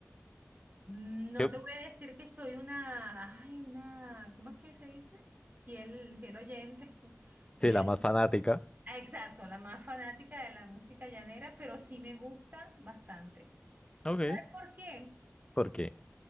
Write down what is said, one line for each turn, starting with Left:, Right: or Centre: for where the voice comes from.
Right: No
Left: Yo-
Right: te voy a decir que soy una, ay, una, ¿cómo es que se dice? Fiel, fiel oyente <laughs> de
Left: Sí, la
Right: la,
Left: más fanática,
Right: Ah, exacto, la más fanática de la música llanera, pero sí me gusta bastante.
Left: ok,
Right: ¿Sabes por qué?
Left: porque